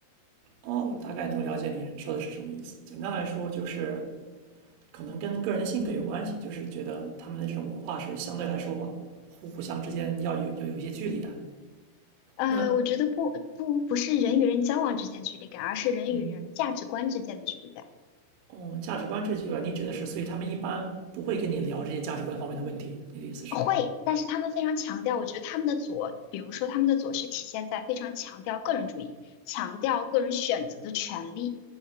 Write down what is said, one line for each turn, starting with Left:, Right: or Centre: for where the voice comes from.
Right: 哦，大概能够了解你说的是什么意思。简单来说，就是可能跟个人的性格有关系，就是觉得他们的这种文化是相对来说互互相之间要有要有一些距离感。
Left: 呃，
Right: 那
Left: 我觉得不不不是人与人交往之间的距离感，而是人与人价值观之间的距离感。
Right: 嗯。哦，价值观这句啊，你指的是，所以他们一般不会跟你聊这些价值观方面的问题，你的意思是？
Left: 会，但是他们非常强调，我觉得他们的左，比如说他们的左是体现在非常强调个人主义，强调个人选择的权利。